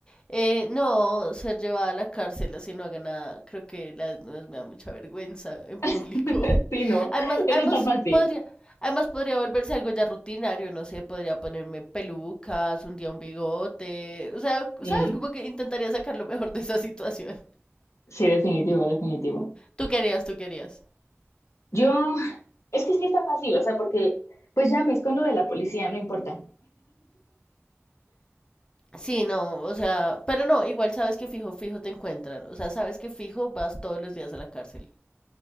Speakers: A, on the left; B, on the left.
A: Eh, no, ser llevada a la cárcel así no haga nada. Creo que la desnudez me da mucha vergüenza en público.
B: <laughs> Sí, no,
A: <laughs> Además,
B: eso
A: además
B: está fácil.
A: podría, además podría volverse algo ya rutinario, no sé, podría ponerme pelucas, un día un bigote. O sea,
B: Mm,
A: sabes, como que intentaría sacar lo mejor de esa <laughs> situación.
B: sí, definitivo, definitivo.
A: Tú querías, tú querías.
B: Yo, es que sí está fácil, o sea, porque pues ya me escondo de la policía, no importa.
A: Sí, no, o sea, pero no, igual sabes que fijo, fijo te encuentran. O sea, sabes que fijo vas todos los días a la cárcel.